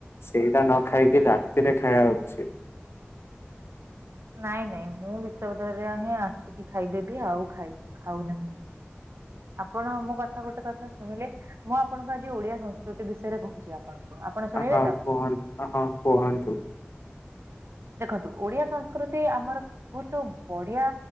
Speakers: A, on the left (about 70°); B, on the right (about 80°).
A: ସେଇଟା ନ ଖାଇକି ରାତିରେ ଖାଇବା ଉଚିତ୍।
B: ନାଇଁ ନାଇଁ ମୁଁ ବିଶ୍ୱବିଦ୍ୟାଳୟରୁ ହିଁ ଆସିକି ଖାଇଦେବି ଆଉ ଖାଉ ନାହିଁ ମୁଁ। ଆପଣ ମୋ କଥା ଗୋଟେ କଥା ଶୁଣିଲେ -ମୁଁ ଆପଣଙ୍କୁ ଆଜି ଓଡିଆ ସଂସ୍କୃତି ବିଷୟ କହୁଛି ଆପଣଙ୍କୁ, ଆପଣ ଶୁଣିବେ
A: ହଁ
B: ତ?
A: କୁହନ୍ତୁ ହଁ କୁହନ୍ତୁ
B: ଦେଖନ୍ତୁ ଓଡିଆ ସଂସ୍କୃତି ଆମର ବହୁତ ବଢିଆ।